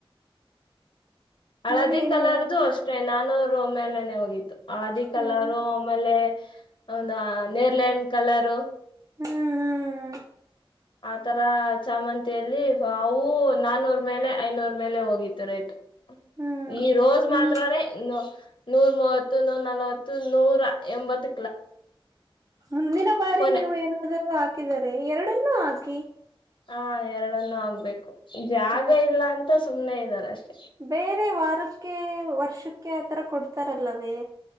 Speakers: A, on the left; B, on the right.
A: ಹಳದಿ
B: ಹೇಳಿ ಏನೋ
A: ಕಲರ್ದುು
B: ಹೇಳಕ್ಕೆ
A: ಅಷ್ಟೇ ನಾನೂರು ಮೇಲೆನೆ ಹೋಗಿತ್ತು ಹಳದಿ ಕಲರು
B: ಹ್ಮ್
A: ಆಮೇಲೆ. ಹೌದಾ ನೆರ್ಲೆಯನ್ನಿಡು ಕಲರು.
B: ಹೂ ಹೂ
A: ಆತರ ಚಾಮಂತಿಯಲ್ಲಿ ಅವು ನಾನೂರ್ ಮೇಲೆ ಐನೂರ್ ಮೇಲೆ ಹೋಗಿತ್ತು ರೇಟ್.
B: ಹ್ಮ್
A: ಈ ರೋಜ್
B: ನಿಮ್
A: ಮಾತ್ರಾನೇ ಇ. ನೂರ ಮೂವತ್ತು ನೂರ ನಲ್ವತ್ತು ನೂರ ಎಂಬತ್ತು.
B: ಮುಂದಿನ ಬಾರಿ
A: ಕೊನೆ
B: ನೀವು ಏನಾದರೂ ಹಾಕಿದರೆ ಎರಡನ್ನು ಹಾಕಿ.
A: ಹಾ ಎರಡನ್ನುೂ ಆಗ್ಬೇಕು ಜಾಗ
B: ಹ
A: ಇಲ್ಲ ಅಂತ ಸುಮ್ನೆ ಇದ್ದಾರೆ ಅಷ್ಟೇ.
B: ಬೇರೆ ವಾರಕ್ಕೆ ವರ್ಷಕ್ಕೆ ಆತ್ರರ ಕೊಡ್ತಾರಲ್ಲವೇ.